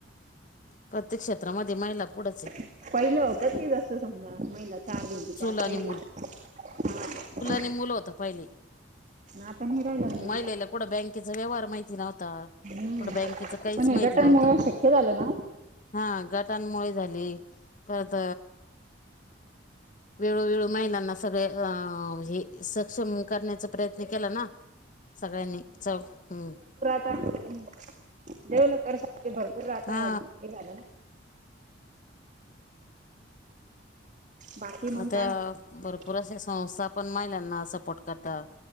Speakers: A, on the left; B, on the right.
A: प्रत्येक क्षेत्रामध्ये महिला पुढच.
B: पहिले हो का ती जसो समजा महिला चार भिंती
A: चूल आणि मूल
B: आत.
A: चूल मुलं होत पहिले
B: आता नाही राहिलं ना बाई
A: महिलेला कोठ बँकेचा व्यवहार माहिती नव्हता.
B: हम्म
A: कुठं बँकेच काहीच
B: पण हे
A: माहिती
B: गटांमुळे
A: नव्हतं.
B: शक्य झालं ना
A: हा गटानमुळे झाली परत. वेळोवेेळू महिलांना सगळे अ हे सक्षम करण्याचा प्रयत्न केला ना. सगळ्यांनी चौ हम्म.
B: डेव्हलप करते भरपूर राहता
A: हा
B: हे झालं ना. बाकी मग
A: आता.
B: काय म्हणतात
A: भरपूर अशा संस्था पण महिलांना सपोर्ट करता.